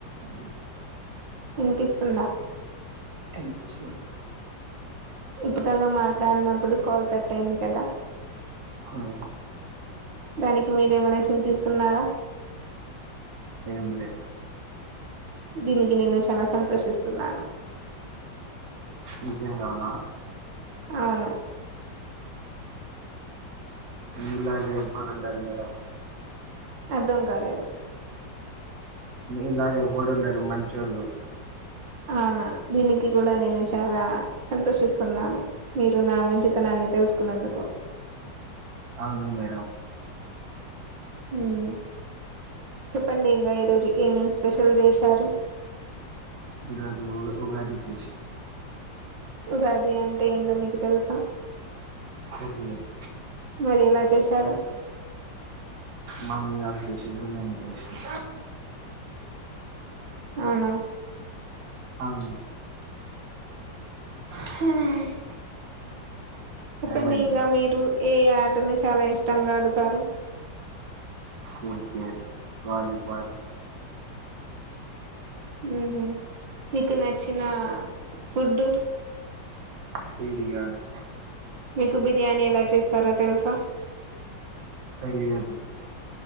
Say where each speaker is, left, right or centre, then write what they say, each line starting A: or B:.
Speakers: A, on the right; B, on the right.
A: అండి
B: వినిపిస్తుందా
A: ఇన్పిస్తుంది
B: ఇప్పుట్దాకా మాట్లాడినప్పుడు కాల్ కట్ అయింది కదా
A: ఆవ్ను
B: దానికి మీరేమైనా చింతిస్తున్నారా
A: ఏం లే
B: దీనికి నేను చాలా సంతోషిస్తున్నాను
A: నిజంగానా
B: అవును
A: నిజంగా చెప్పాలంటే మేడం
B: అర్ధం కాలేదు
A: మీలాగ ఎవ్వడుండడు మంచోళ్లు
B: అవునా దీనికి కూడా నేను చాలా సంతోషిస్తున్నాను మీరు నా మంచితనాన్ని ని తెలుసుకునందుకు
A: అవును మేడం
B: ఉమ్మ్ చెప్పండి ఇంగా ఈరోజు ఏమేమి స్పెషల్ చేశారు
A: ఈ రోజు ఉగాది చేశాం
B: ఉగాది అంటే ఏందో మీకు తెలుసా
A: తెలియదు
B: మరి ఎలా చేశారు
A: మమ్మీ వాళ్ళు చేసిరు నేను చేసిన
B: అవునా
A: అవును
B: హమ్మ్ చెప్పండి
A: ఏమైంది
B: ఇంకా
A: మేడం
B: మీరు ఏ ఆటని చాలా ఇష్టంగా ఆడుతారు
A: క్రికెట్ వాలీబల్
B: ఉహు మీకు నచ్చిన ఫుడ్
A: బిరియాని
B: మీకు బిర్యానీ ఎలా చేస్తారో తెలుసా
A: తెలియదు